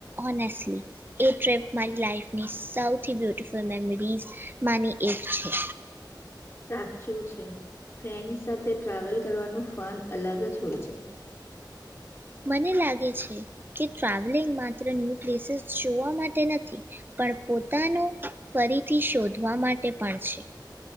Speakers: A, on the right; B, on the left.
A: honestly એ ટ્રીપ મારી લાઈફની સૌથી બ્યુટિફુલ મેમરીઝ માની એક છે.
B: સાચું છે ફ્રેન્ડ્સ સાથે ટ્રાવેલ કરવાનું ફન અલગ જ હોય છે.
A: મને લાગે છે. કી ટ્રાવેલિંગ માં ન્યૂ પ્લેસીસ જોવા માટે નથી પણ પોતાનો ફરીથી શોધવા માટે પણ છે.